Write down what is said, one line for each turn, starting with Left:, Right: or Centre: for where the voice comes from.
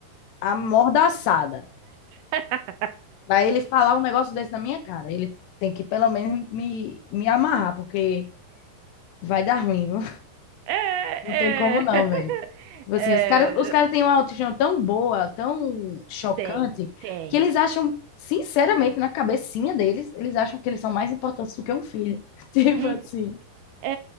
Left: amordaçada.
Right: <laughs>
Left: Pra ele falar um negócio desse na minha cara, ele tem que pelo menos me, me amarrar, porque vai dar ruim, viu?
Right: É,
Left: Não
Right: é,
Left: tem como não, velho. Tipo assim,
Right: <laughs> é,
Left: os caras, os caras têm uma autoestima tão boa, tão chocante,
Right: tem, tem.
Left: que eles acham, sinceramente, na cabecinha deles, eles acham que eles são mais importantes do que um filho. <laughs> Tipo
Right: Uhum.
Left: assim,
Right: É,